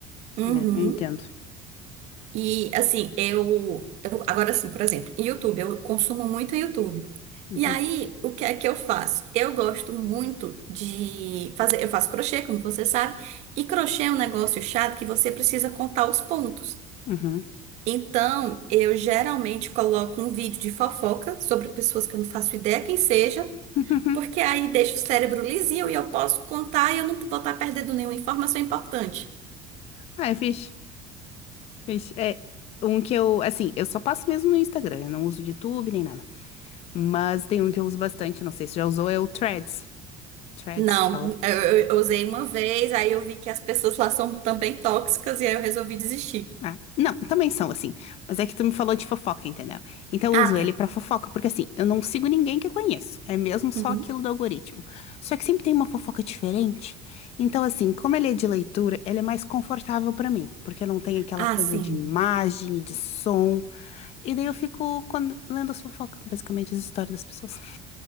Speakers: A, on the right; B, on the left.
A: Uhum.
B: né? Eu entendo.
A: E assim, eu, eu agora assim, por exemplo, YouTube, eu consumo muito YouTube.
B: Uhum.
A: E aí, o que é que eu faço? Eu gosto muito de fazer, eu faço crochê, como você sabe, e crochê é um negócio chato que você precisa contar os pontos.
B: Uhum.
A: Então, eu geralmente coloco um vídeo de fofoca sobre pessoas que eu não faço ideia quem seja,
B: <laughs>
A: porque aí deixa o cérebro lisinho e eu posso contar e eu não vou estar perdendo nenhuma informação importante.
B: Ah, é fixe. Vixe, É um que eu, assim, eu só passo mesmo no Instagram, eu não uso YouTube nem nada. Mas tem um que eu uso bastante, não sei se já usou, é o Threads. Threads,
A: Não,
B: você fala.
A: eu, eu- eu usei uma vez, aí eu vi que as pessoas lá são também tóxicas e aí eu resolvi desistir.
B: Ah, não, também são assim. Mas é que tu me falou de fofoca, entendeu? Então eu
A: Ah,
B: uso
A: tá.
B: ele pra fofoca, porque assim, eu não sigo ninguém que eu conheço. É mesmo só
A: Uhum.
B: aquilo do algoritmo. Só que sempre tem uma fofoca diferente. Então, assim, como ele é de leitura, ele é mais confortável pra mim, porque não tem aquela
A: Ah,
B: coisa
A: sim.
B: de imagem e de som. E daí eu fico quando, lendo as fofocas, basicamente as histórias das pessoas.